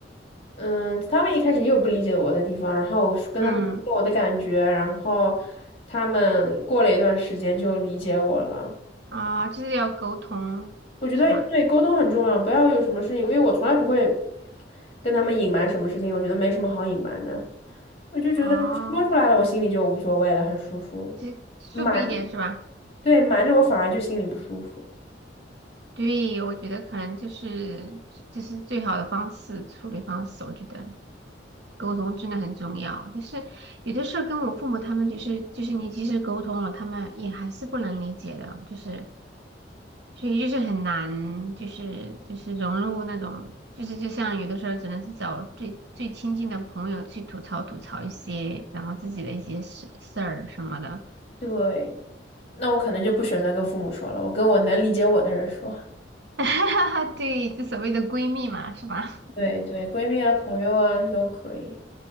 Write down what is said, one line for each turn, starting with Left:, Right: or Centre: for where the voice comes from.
Left: 嗯，他们一开始也有不理解我的地方，然后我是跟他们说我的感觉，
Right: 嗯
Left: 然后他们过了一段时间就理解我了。
Right: 啊，就是要沟通，
Left: 我觉得对沟通很重要，
Right: 是吧？
Left: 不要有什么事情，因为我从来不会跟他们隐瞒什么事情，我觉得没什么好隐瞒的，我就觉得说出来了，
Right: 啊。
Left: 我心里就无所谓了，很舒服。
Right: 这舒服一点是吧？
Left: 瞒，对，瞒着我反而就心里不舒服。
Right: 对，我觉得可能就是这是最好的方式，处理方式。我觉得沟通真的很重要，但是有的时候跟我父母他们就是就是你即使沟通了，他们也还是不能理解的，就是所以就是很难，就是就是融入那种，就是就像有的时候只能是找最最亲近的朋友去吐槽吐槽一些，然后自己的一些事事儿什么的。
Left: 对。那我可能就不选择跟父母说了，我跟我能理解我的人说。
Right: <laughs> 对，就所谓的闺蜜嘛，是吧？
Left: 对对，闺蜜啊、朋友啊都可以。